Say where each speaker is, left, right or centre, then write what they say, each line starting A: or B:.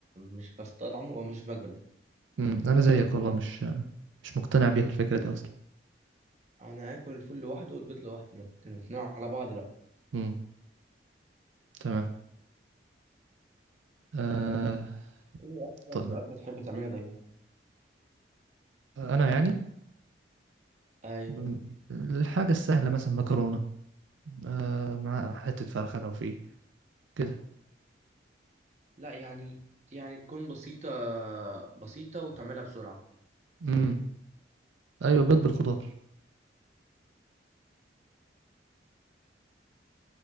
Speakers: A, on the right (about 35°); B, on the right (about 85°).
A: مش بستطعمه او مش بقبله
B: امم انا زيك والله مش مش مقتنع بيها الفكرة دي اصلا
A: انا اكل الفول لوحده والبيض لوحده لكن الاتنين على بعض لا
B: امم تمام أه
A: ايه اكتر
B: ط-
A: اكلة تحب تعملها دايما
B: انا يعني
A: اي
B: مم، الحاجة السهلة مثلا مكرونة آه مع حتة فرخة لو فيه كده
A: لا يعني يعني تكون بسيطة بسيطة وتعملها بسرعة
B: امم ايوه بيض بالخضار